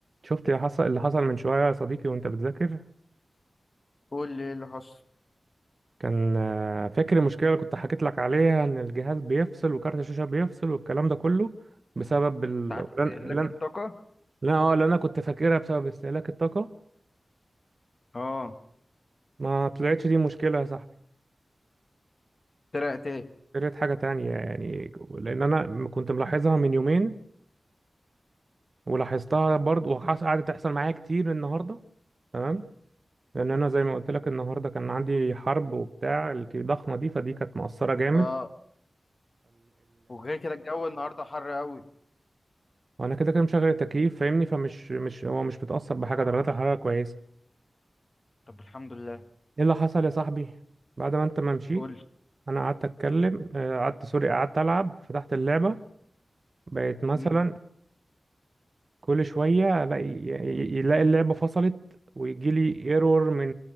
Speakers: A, on the right; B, on the left.
A: شفت اللي حصل اللي حصل من شوية يا صديقي وانت بتذاكر
B: قول لي ايه اللي حصل
A: كان آه، فاكر المشكلة اللي كنت حكيت لك عليها ان الجهاز بيفصل وكارت الشاشة بيفصل والكلام ده كله بسبب ال...
B: ساعات
A: اللي
B: استهلاك
A: انا اللي انا
B: الطاقة
A: اللي أنا- اه اللي انا كنت فاكرها بسبب استهلاك الطاقة
B: اه
A: ما طلعتش دي مشكلة يا صاحبي
B: طلعت ايه
A: طلعت حاجة تانية يعني لان انا م- كنت ملاحظها من يومين ولاحظتها برضه وحص- قعدت تحصل معايا كتير النهاردة تمام لان انا زي ما قلت لك النهارده كان عندي حرب وبتاع الضخمة دي فدي كانت مؤثرة جامد
B: اه وغير كده الجو النهارده حر قوي
A: وانا كده كده مشغل التكييف فاهمني فمش مش هو مش متأثر بحاجة
B: اه
A: درجات الحرارة كويسة
B: طب الحمد لله
A: ايه اللي حصل يا صاحبي بعد ما انت ما مشيت
B: قول لي
A: انا قعدت اتكلم آه، قعدت سوري قعدت العب فتحت اللعبة بقيت مثلا
B: مم.
A: كل شوية الاقي ي- يلاقي اللعبة فصلت ويجي لي ايرور من